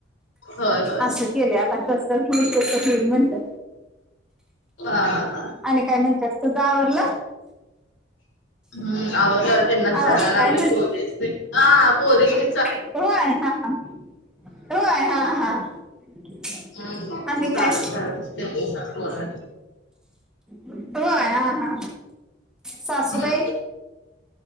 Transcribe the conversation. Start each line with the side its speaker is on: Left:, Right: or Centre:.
Left: होय होय
Centre: असं केलंय आता, कस हुईल कस हुईल म्हणलं.
Left: हा.
Centre: आणि काय म्हणत्यास, तुझं आवरल?
Left: हम्म आवरल, त्यांनाच
Centre: आवरलं
Left: चाराय लागलोय
Centre: काय
Left: पोरीसनी, हा पोरीसनी
Centre: व्हय हा हा, व्हय हा हा. <unintelligible>
Left: हम्
Centre: आणि
Left: चारत
Centre: काय
Left: चारत, त्यांच्या संग बोला.
Centre: व्हय हा हा. सासूबाई?
Left: हम्म